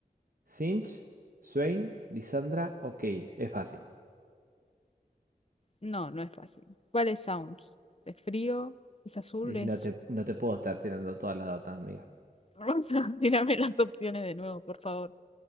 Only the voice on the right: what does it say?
¿Sinch, Swain, Lisandra o Kayle? Es fácil.
Y
no te, no te puedo estar tirando todas las datas, amiga.